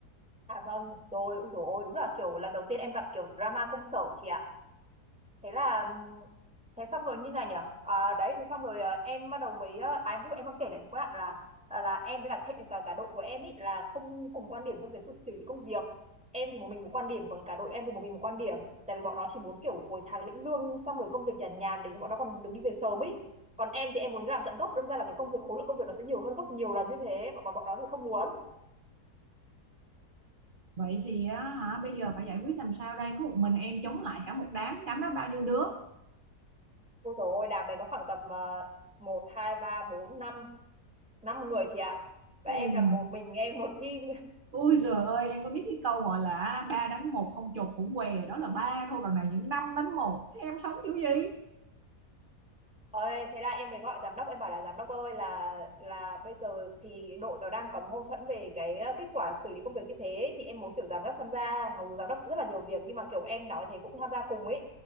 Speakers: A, in the centre; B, on the right.
A: À vâng, rồi, ui dồi ôi, đúng là kiểu lần đầu tiên em gặp kiểu drama công sở chị ạ. thế là ừm, thế xong rồi như này nhở à, đấy thế xong rồi ờ, em bắt đầu mới ờ, à, em lúc em đang kể đến cái đoạn là à, là em với cả thệ, cả cả đội của em ý là không cùng quan điểm trong cái sự xử lý công việc em thì một mình một quan điểm còn cả đội em thì một mình một quan điểm tại vì bọn nó chỉ muốn kiểu cuối tháng lĩnh lương xong rồi công việc nhàn nhàn để bọn nó còn được đi về sớm ý còn em thì em muốn làm tận gốc đâm ra là cái công việc khối lượng công việc nó sẽ nhiều hơn gấp nhiều lần như thế bọn bọn bọn nó thì không muốn
B: vậy thì á, hả bây giờ phải giải quyết làm sao đây có một mình em chống lại cả một đám đám đó bao nhiêu đứa
A: ôi dồi ôi đàm đấy có khoảng tầm ờ, một hai ba bốn năm năm người chị ạ và
B: ui
A: em là một mình em một team
B: Ui giời ơi em có biết cái câu gọi là ba đánh một không chột cũng què đó là ba thôi còn này những năm đánh một thế em sống kiểu gì
A: Ơi, thế là em mới gọi giám đốc em bảo là giám đốc ơi là là bây giờ thì đội nó đang có mâu thuẫn về cái ờ, kết quả xử lý công việc như thế thì em muốn kiểu giám đốc tham gia mặc dù giám đốc rất là nhiều việc nhưng mà kiểu em nói thì cũng tham gia cùng ấy